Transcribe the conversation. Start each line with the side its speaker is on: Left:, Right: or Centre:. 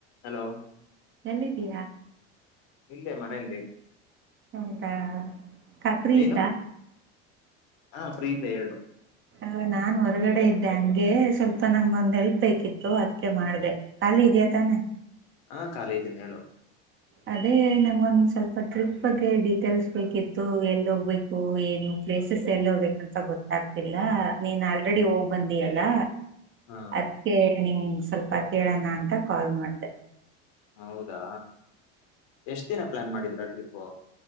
Left: Hello
Right: ಎಲ್ಲಿದ್ದೀಯಾ.
Left: ಇಲ್ಲೇ ಮನೆಯಲ್ಲಿ.
Right: ಹೌದಾ ಖತ್ರಿ
Left: ನೀನು
Right: ಈತ.
Left: ಹಾ ಫ್ರೀ ಇದ್ದ ಹೇಳು.
Right: ಹ ನಾನ್ ಹೊರಗಡೆ ಇದ್ದೆ ಹಂಗೆ ಸ್ವಲ್ಪ ನನ್ ಮಂದ್ ಹೆಲ್ಪ್ ಬೇಕಿತ್ತು ಅದ್ಕ ಮಾಡ್ದ. ಕಾಲಿ ಇದೀಯ ತಾನೆ.
Left: ಹಾ ಖಾಲಿ ಇದ್ದೀನಿ ಹೇಳು.
Right: ಅದೇ ನಂಗೊಂದ್ ಸ್ವಲ್ಪ ಟ್ರಿಪ್ ಬಗ್ಗೆ ಡೀಟೇಲ್ಸ್ ಬೇಕಿತ್ತು ಎಲ್ಲಿ ಹೋಗ್ಬೇಕು ಏನು. ಪ್ಲೇಸಸ್ ಎಲ್ಲಿ ಹೋಗಬೇಕಂತ ಗೊತ್ತಾಗ್ತಿಲ್ಲ ನೀನ್ ಆಲ್ರೆಡಿ ಹೋಗ್ ಬಂದಿಯಲ್ಲ.
Left: ಹಾ
Right: ಅದಕ್ಕೆ ನಿನ್ ಸ್ವಲ್ಪ ಕೇಳಣ ಅಂತ ಕಾಲ್ ಮಾಡ್ದ.
Left: ಹೌದಾ ಎಷ್ಟ ದಿನ. ಪ್ಲಾನ್ ಮಾಡಿದ್ರ ಟ್ರಿಪ್ಪು.